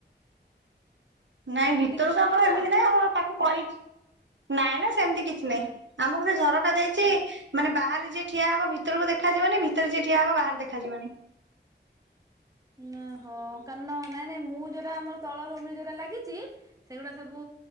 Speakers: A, on the right; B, on the right.
A: ନାଇଁ
B: ସେମିତି
A: ଭିତରକୁ
B: କିଛି
A: ଆମର
B: ହବନି ତ?
A: ଏମିତି ନାଇଁ ଆମର ତାକୁ କହି ନାଇଁ ନାଁ ସେମିତି କିଛି
B: ହୁଁ।
A: ନାଇଁ। ଆମକୁ ସେ ଝରକା ଦେଇଚି ମାନେ ବାହାରେ ଯିଏ ଠିଆ ହବ ଭିତରକୁ ଦେଖାଯିବନି ଭିତରେ ଯିଏ ଠିଆ ହେବ ବାହାର ଦେଖାଯିବନି।
B: ନା ହଁ କାରଣ ନାଇଁ ନାଇଁ ମୁଁ ଯୋଉଟା ଆମର ତଳ ରୁମରେଯୋଉଟା ଲାଗିଚି ସେଗୁଡା ସବୁ